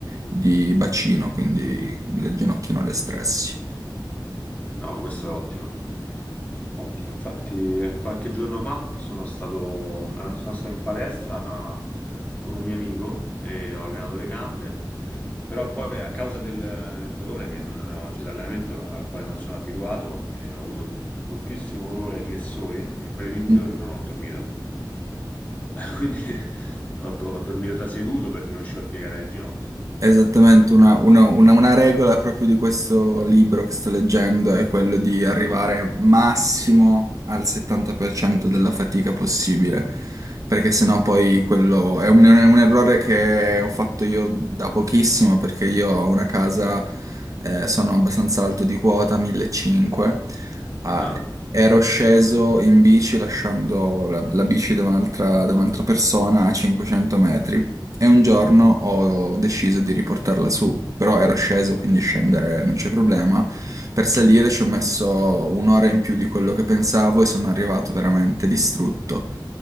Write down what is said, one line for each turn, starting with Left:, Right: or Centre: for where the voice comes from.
Right: di bacino, quindi le ginocchia non le stressi.
Left: No, questo è ottimo. Ottimo, infatti qualche giorno fa sono stato, ehm, sono stato in palestra con un mio amico e ho allenato le gambe, però poi a causa del, del dolore che non ero, cioè dell'allenamento al quale non sono abituato, eh, ho avuto moltissimo dolore ai flessori e un paio di giorni
Right: Mm.
Left: non ho dormito. <laughs> Quindi ho, do- ho dormito da seduto perché non riuscivo a piegare le ginocchia.
Right: Esattamente, una, una- una- una regola proprio di questo libro che sto leggendo è quello di arrivare massimo al 70% della fatica possibile, perché sennò poi quello è un, è un errore che ho fatto io da pochissimo, perché io ho una casa, eh, sono abbastanza alto di quota, 1500, ah,
Left: Ah,
Right: ero sceso in bici lasciando la, la bici da un'altra da un'altra persona a 500 metri. E un giorno ho deciso di riportarla su, però ero sceso, quindi scendere non c'è problema. Per salire ci ho messo un'ora in più di quello che pensavo e sono arrivato veramente distrutto.